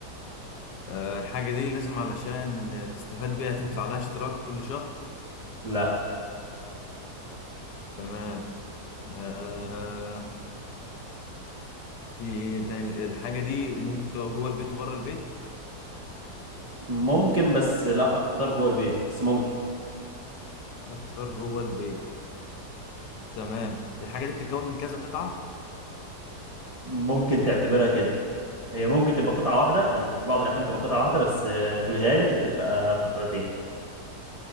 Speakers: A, on the left (about 75°); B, on the right (about 35°).
A: آه، الحاجة دي لازم علشان تستفاد بيها تدفع لها اشتراك كل شهر
B: لا
A: تمام آه، في إيه تاني الحاجة دي ممكن تبقى جوه البيت وبره البيت
B: ممكن بس لا اكتر جوه البيت بس ممكن
A: أكتر جوه البيت تمام الحاجة دي بتتكون من كذا قطعة
B: ممكن تعتبرها كده هي ممكن تبقى قطعة واحدة يعني في بعض الأحيان بتبقى قطعة واحدة بس آه، في الغالب بتبقى قطعتين